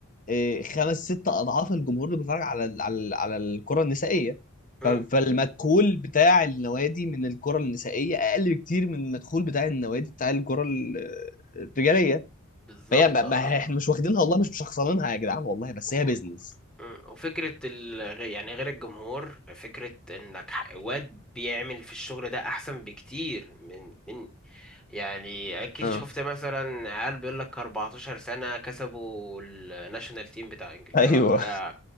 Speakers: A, on the left; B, in the centre.
A: إيه، خمس ست اضعاف الجمهور اللي بيتفرج على ال- على ال- على الكره النسائيه
B: مم.
A: ف- فالمدخول بتاع النوادي من الكره النسائيه اقل بكتير من المدخول بتاع النوادي بتاع الكره ال- آه، الرجاليه
B: بالظبط
A: فهي ما ما-
B: اه
A: احنا مش واخدينها والله مش مشخصنينها يا جدعان والله بس
B: وف-
A: هي بيزنس
B: مم. وفكرة ال... يعني غير الجمهور فكرة انك ح- واد بيعمل في الشغل ده احسن بكتير من من يعني اكيد
A: اه
B: شفت مثلا عيال بيقول لك 14 سنه كسبوا الناشونال تيم بتاع انجلترا
A: ايوه
B: آه،